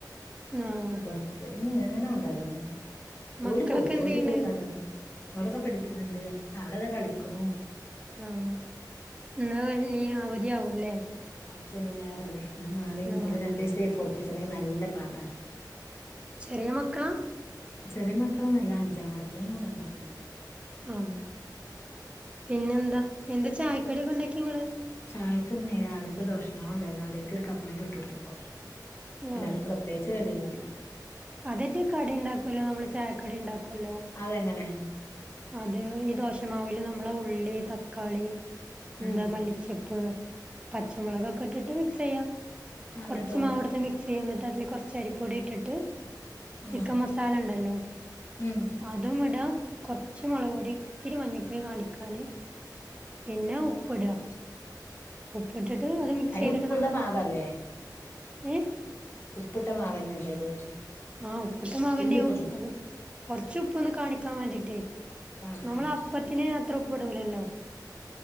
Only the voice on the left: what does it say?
<unintelligible> അങ്ങനെ ഉണ്ടാവലോന്നുല്ല
ഓല് പോകും
ഓല് പോയി കണ്ടാണ്ട് ഓലൊക്കെ പഠിക്കുന്നുണ്ട് അവിടെതാ കളിക്കിണു
അന്ന് ശനീം ഞാറുവല്ലേ എന്നാ നാളെം
ഓല് രണ്ടു ദിവസായി പൊറപ്പിച്ചണ്ടെങ്കി നല്ല പാണ്ടാണ്
ചെറിയ മക്കളൊന്നുല്ല അഞ്ചാം ക്ലാസിലും മൂന്നാം ക്ലാസിലു ആണ്
ചായക്കിന്ന് രാവിലത്തെ ദോഷമാവ് ഉണ്ടായിരുന്നു അതേൽക്ക് <unintelligible> അപ്പം ചുട്ട് കൊടുത്തുപ്പോ അല്ലാതെ
പ്ര കിച്ച് കടിയൊന്നുല്ല
അതെങ്ങനെ
ആഹ്
ആഹ്
എന്നിട്ടോ
ആഹ്
ഉം
അയിന്
ഉപ്പുള്ള
മാവല്ലേ
ഉപ്പിട്ട മാവന്നല്ലേ അത്
പിന്നെ ഉപ്പ്ടണം
ആഹ്
ആഹ്